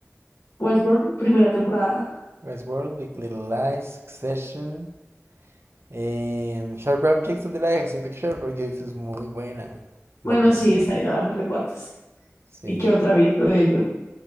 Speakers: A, on the left; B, on the right.
A: Westworld, primera temporada.
B: Westworld, Big Little Lies, Succession, em, Sharp Objects, ¿dónde la dejas? Siento que Sharp Objects es muy buena.
A: Bueno,
B: La pasé.
A: sí, está ahí, la voy a dejar de cuartas.
B: Sí.
A: ¿Y qué otra he visto de ellos?